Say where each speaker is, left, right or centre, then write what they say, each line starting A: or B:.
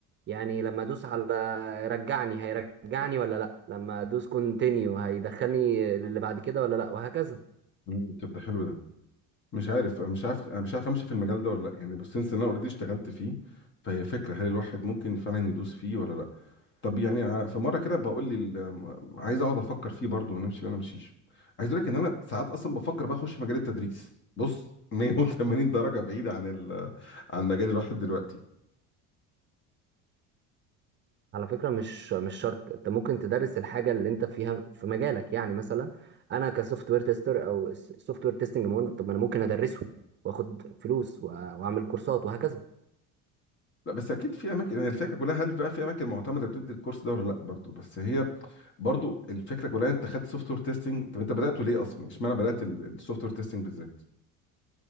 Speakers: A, on the right (about 30°); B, on the left (about 35°).
A: يعني لما ادوس على رجعني هيرجعني ولا لا لما ادوس كونتينيو هيدخلني للي بعد كده ولا لا وهكذا
B: مم، طب ده حلو ده مش عارف أنا مش عارف أنا مش عارف امشي في المجال ده ولا لا يعني بس سنس إن انا اوريدي اشتغلت فيه فهي فكره هل الواحد ممكن فعلا يدوس فيه ولا لا طب يعني ع- في مره كده بقول لي ال- عايز اقعد افكر فيه برضه ونمشي ولا امشيش عايز اقول لك ان انا ساعات اصلا بفكر بقى اخش مجال التدريس بص 180 درجه بعيد عن ال عن مجال الواحد دلوقتي
A: على فكرة مش مش شرط انت ممكن تدرس الحاجة اللي انت فيها في مجالك يعني مثلا انا كسوفت وير تيستر او سوفت وير تيستنج طب ما انا ممكن ادرسه واخد فلوس و- واعمل كورسات وهكذا
B: لا بس اكيد في اماكن هي الفكره كلها هل بقى في اماكن معتمده بتدي الكورس ده ولا لا برضو بس هي برضو الفكره كلها انت خدت سوفت وير تيستنج طب انت بداته ليه اصلا اشمعنى بدات السوفت وير تيستنج بالذات